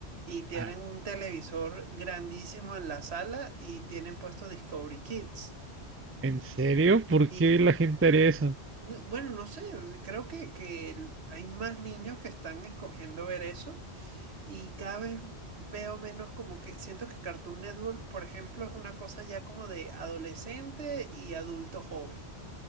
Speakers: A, on the right; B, on the right.
A: y tienen
B: Ah,
A: un televisor grandísimo en la sala y tienen puesto Discovery Kids.
B: ¿En serio? ¿Por
A: Y
B: qué la gente haría eso?
A: n- bueno, no sé, creo que, que hay más niños que están escogiendo ver eso y cada vez veo menos como que siento que Cartoon Network, por ejemplo, es una cosa ya como de adolescente y adulto joven.